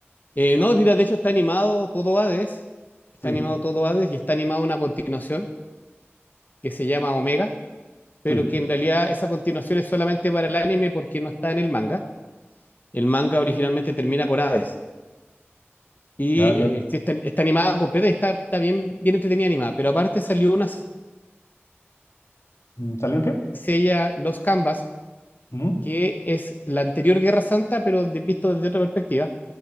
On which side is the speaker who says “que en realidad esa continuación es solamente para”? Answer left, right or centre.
Left